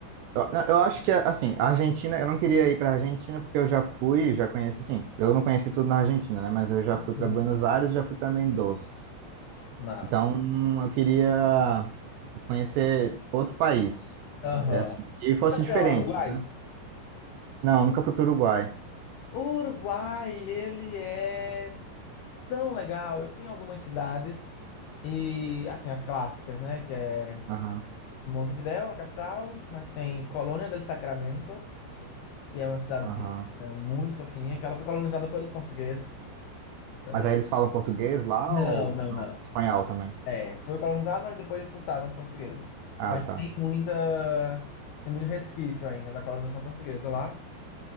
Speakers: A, on the right; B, on the left.
A: Eu, não, eu acho que, assim, a Argentina, eu não queria ir para a Argentina porque eu já fui, já conheci, assim, eu não conheci tudo na Argentina, né? Mas eu já fui
B: Uhum.
A: para Buenos Aires, já fui para Mendoza.
B: Massa.
A: Então, eu queria conhecer outro país,
B: Aham.
A: é é assim, que fosse
B: Qual
A: diferente,
B: É o Uruguai?
A: né? Não, eu nunca fui para o Uruguai.
B: O Uruguai, ele é. tão legal. Eu fui em algumas cidades e, assim, as clássicas, né? Que é
A: Aham,
B: Montevidéu, a capital, mas tem Colônia del Sacramento, que é uma cidadezinha
A: aham.
B: eh, muito fofinha, que ela foi colonizada pelos portugueses também.
A: Mas aí eles falam português lá
B: Não,
A: ou
B: não,
A: não?
B: não.
A: Espanhol também.
B: É, foi colonizada, mas depois expulsaram os portugueses.
A: Ah,
B: Mas
A: tá.
B: tem muita, tem muito resquício ainda da colonização portuguesa lá.